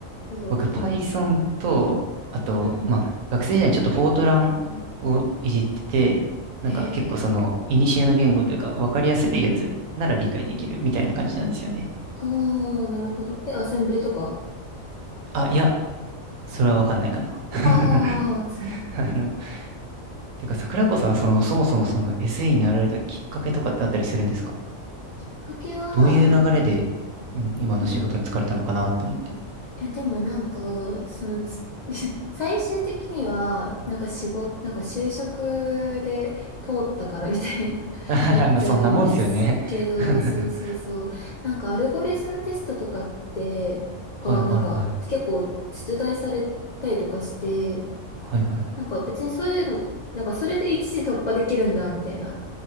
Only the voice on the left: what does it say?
う、そうもう、
うんうん。
へえ。
うん。ああ、なるほど。え、アセンブリとか
ああー、そうきっ
かけは、
えいや、でもなんか、そのつ、<laughs> 最終的には、なんか仕事、なんか就職で通ったからみたいな、<laughs>
なっちゃうんですけど、
そうそうそう。なんかアルゴリズムテストとかって、が、
なんか結構出題されたりとかして、
なんか別にそういうの、なんかそれで一時突破できるんだ、みたいな。